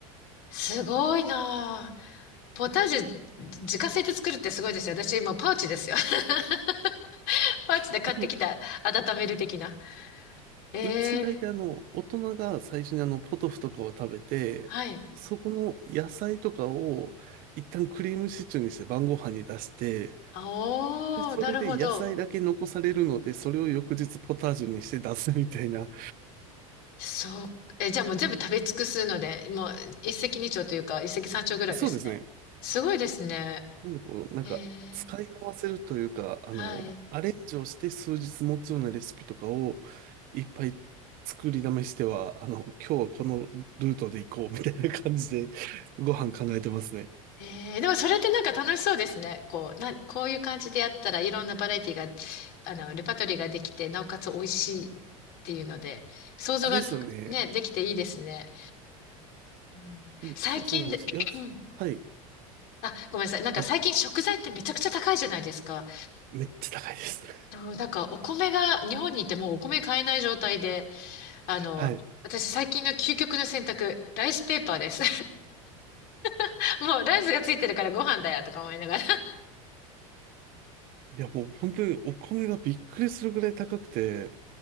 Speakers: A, on the left; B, on the right.
A: すごいなあ。ポタージュ、自家製で作るってすごいですよ。私、今、パウチですよ。<laughs> パウチで買ってきた、
B: <laughs> あ、でも
A: 温める的な。ええ
B: うち大体あの、大人が最初にあの、ポトフとかを食べて、
A: はい。
B: そこの野菜とかを一旦クリームシチューにして晩ご飯に出して、
A: あおー、
B: で、それで野菜だけ残されるので、
A: なるほど。
B: それを翌日ポタージュにして出すみたいな。
A: そう。え、じゃあもう全部食べ尽くすので、もう一石二鳥というか、一石三鳥ぐらいですね。
B: そうですね。
A: すごいですね。
B: なんでこう、なんか、
A: ええ
B: 使い回せるというか、あの、
A: はい。
B: アレンジをして数日持つようなレシピとかをいっぱい作りだめしては、あの、今日はこのルートで行こうみたいな感じでご飯考えてますね。
A: ええでもそれってなんか楽しそうですね。こう、な、こういう感じでやったらいろんなバラエティが、あの、レパートリーができて、なおかつ美味しいっていうので、想像がね、
B: あ、ですよね。
A: できていいですね。うん、
B: なんで結構その、
A: 最近で、
B: やす、
A: うん。
B: はい。
A: あ、ごめんなさい。なんか最近食材ってめちゃくちゃ高いじゃないですか。
B: あ、めっちゃ高いです。
A: そう、だからお米が、日本にいてもうお米買えない状態で、あの、
B: <laughs> はい。
A: 私最近の究極の選択、ライスペーパーです。<laughs> もうライスがついてるからご飯だよとか思いながら。
B: いや、もう本当にお米がびっくりするぐらい高くて、